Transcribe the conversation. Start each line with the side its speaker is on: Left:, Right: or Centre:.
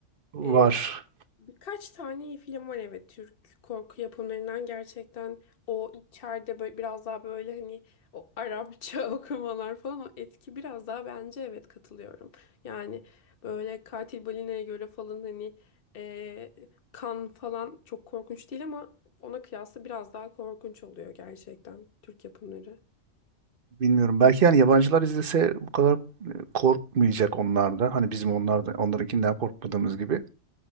Right: var.
Left: Ee, Birkaç tane iyi film var evet Türk korku yapımlarından gerçekten o içeride böyle biraz daha böyle hani o Arapça <laughs> okumalar falan o etki biraz daha bence evet katılıyorum. Yani böyle Katil Balina'ya göre falan hani e, kan falan çok korkunç değil ama ona kıyasla biraz daha korkunç oluyor gerçekten Türk yapımları.
Right: Bilmiyorum. Belki yani yabancılar izlese bu kadar e, korkmayacak onlar da. Hani bizim onlar da onlarınkinden korkmadığımız gibi.